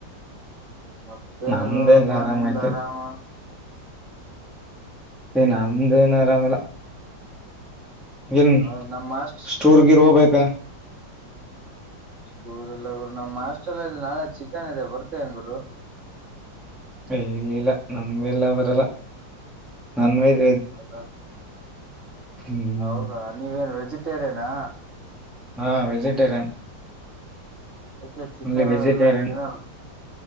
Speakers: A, on the right; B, in the centre.
A: ಮತ್ತೇಏನಲ್
B: ನಮ್ದೇನ್
A: ನೋಡಪ್ಪಾ ನಿಮ್ದ್
B: ಐತೆ
A: ಆರಾಮ
B: ನಮ್ದು ಏನು ಆರಾಮ ಇಲ್ಲಾ ನ್
A: ನಾ ನಮ್ ಮಾಸ್ಟ್
B: ಸ್ಟೂರ್ ಗಿರ್ ಹೋಗಬೇಕಾ
A: ಸ್ಕುಲ್ ಇಲ್ಲಾ <unintelligible> ಗುರು ನಮ್ಮ ಹಾಸ್ಟೆಲ್ ಅಲ್ಲಿ ನಾಳೆ ಚಿಕನ್ ಇದೆ ಬರ್ತೇಯಾ ಗುರು
B: ಇಲ್ಲಿಲ್ಲ ನನ್ ಮೇಲೆ ಬರಲ್ಲ ನಾನ್ ವೈದ್
A: ಹೌದಾ
B: ಹ್ಮ್
A: ಹೌದಾ ನೀವೇನ್ ವೆಜಿಟೇರಿಯನಾ
B: ಹಾ ವೆಜಿಟೇರಿಯನ್
A: ಅಕ್ ಚಿಕನ್
B: ಅಲ್ಲಿ ವೆಜಿಟೇರಿಯನ್
A: ಎಲ್ಲ ತಿನ್ನೋವ